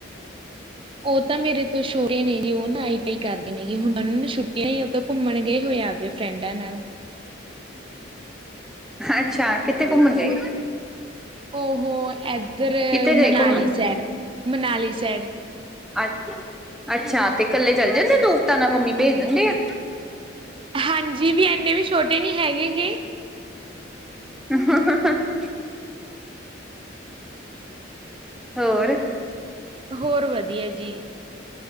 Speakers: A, on the right; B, in the centre.
A: ਉਹ ਤਾਂ ਮੇਰੇ ਤੋਂ ਛੋਟੇ ਨੇ ਜੀ, ਉਹ ਨਾ ਆਈਟੀ ਆਈ ਕਰਦੇ, ਨੇ ਹੁਣ ਉਹ ਛੁਟੀਆਂ ਸੀ ਉਹ ਘੁੰਮਣ ਗਏ ਹੋਏ ਅਜ। ਫਰੈਂਡਾਂ ਨਾਲ।
B: ਅੱਛਾ, ਕਿੱਥੇ ਘੁੰਮਣ ਗਏ?
A: ਉਹ ਏਧਰ
B: ਕਿੱਥੇ ਗਏ
A: ਮਨਾਲੀ
B: ਘੁੰਮਣ
A: ਸਾਈਡ- ਮਨਾਲੀ ਸਾਈਡ।
B: ਅੱ ਅੱਛਾ ਤੇ ਕੱਲੇ ਚੱਲ ਜਾਂਦੇ‌ ਦੋਸਤਾਂ ਨਾਲ ਮੰਮੀ ਭੇਜ ਦਿੰਦੇ ਆ?
A: ਹਾਂਜੀ, ਵੀ ਇੰਨੇ ਵੀ ਛੋਟੇ ਨਹੀਂ ਹੈਗੇਗੇ।
B: ਹ <unintelligible> ਹੋਰ।
A: ਹੋਰ ਵਧੀਆ ਜੀ।